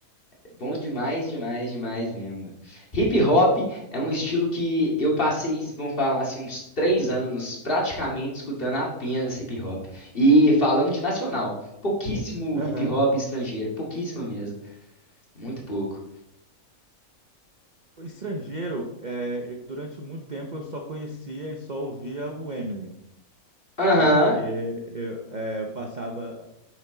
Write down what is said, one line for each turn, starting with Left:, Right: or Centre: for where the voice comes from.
Left: Bom demais, demais, demais mesmo. Hip hop é um estilo que eu passei, vamos falar assim, uns três anos praticamente escutando apenas hip hop. E falando de nacional, pouquíssimo
Right: Aham.
Left: hip hop estrangeiro, pouquíssimo mesmo, muito pouco.
Right: O Estrangeiro, eh, durante muito tempo eu só conhecia e só ouvia o Eminem,
Left: Aham,
Right: porque eu, eh, eu passava.